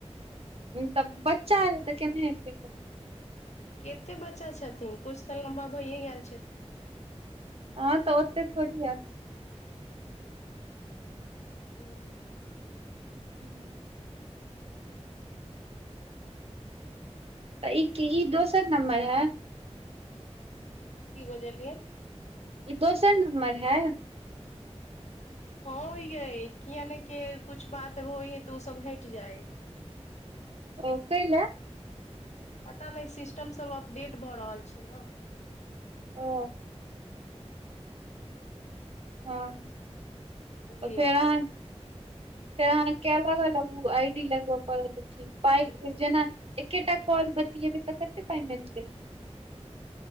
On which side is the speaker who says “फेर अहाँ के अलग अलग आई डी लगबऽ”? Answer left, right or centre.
Right